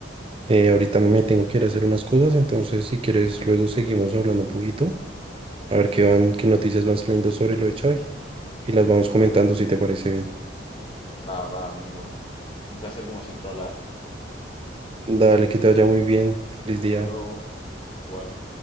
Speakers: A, on the right; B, on the left.
A: Eh, ahorita me tengo que ir a hacer unas cosas, entonces si quieres luego seguimos hablando un poquito, a
B: Ujú,
A: ver qué van, qué noticias van saliendo sobre lo de Xavi y las vamos
B: Vale,
A: comentando si te parece bien.
B: va, va, amigo. Un placer como siempre hablar.
A: Dale, que te vaya muy bien. Feliz día.
B: Hasta luego. Igual.